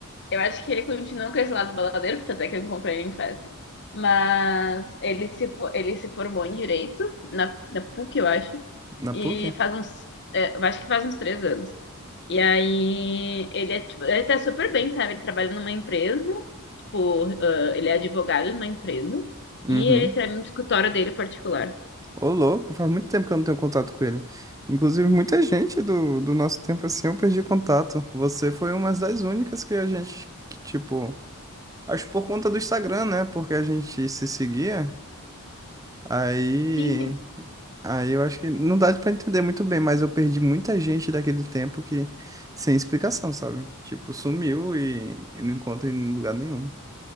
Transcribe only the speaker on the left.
Eu acho que ele continua com esse lado baladeiro, porque até que eu encontrei ele em festa. Mas ele se, fo- ele se formou em direito, na, na PUC, eu acho,
e
faz uns. é, eu acho que faz uns três anos. E aí, ele é, tipo, ele tá super bem, sabe? Ele trabalha numa empresa, tipo, ah, ele é advogado numa empresa,
e ele tem um escritório dele particular.
Sim, sim.